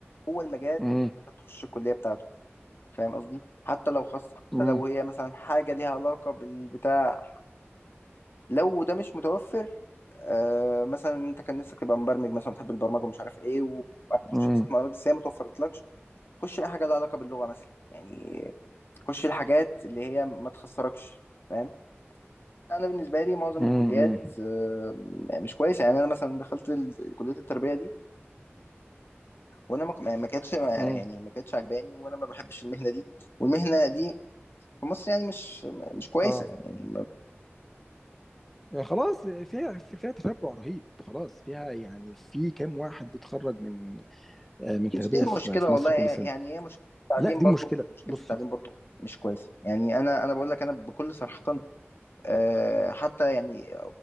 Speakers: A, on the left; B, in the centre.
A: هو المجال
B: امم
A: اللي تخش الكليه بتاعته فاهم قصدي حتى لو خاصه حتى
B: امم
A: لو هي مثلا حاجه ليها علاقه بالبتاع لو ده مش متوفر آه مثلا انت كان نفسك تبقى مبرمج مثلا بتحب البرمجه ومش عارف ايه وتخش
B: امم
A: حسابات معلومات بس هي ما توفرتلكش خش اي حاجه لها علاقه باللغه مثلا يعني خش الحاجات اللي هي ما تخسركش فاهم انا بالنسبه لي معظم
B: امم
A: الكليات آه، مش كويسه يعني انا مثلا دخلت ال- كليه التربيه دي وانا ما ك- ما كانتش ما-
B: امم
A: يعني ما كانتش عجباني وانا ما بحبش المهنه دي والمهنه دي في مصر يعني مش مش كويسه
B: اه
A: يعني
B: يعني خلاص فيها فيها تشبع رهيب خلاص فيها يعني في كام واحد بيتخرج من آه، من تربيه
A: مش دي المشكلة
B: في في مصر
A: والله
B: كل
A: يعني
B: سنه
A: هي مشكلة التعليم
B: لا دي
A: برضو
B: مشكله
A: مشكلة
B: بص
A: التعليم برضو مش كويسة يعني أنا أنا بقول لك أنا بكل صراحة آه، حتى يعني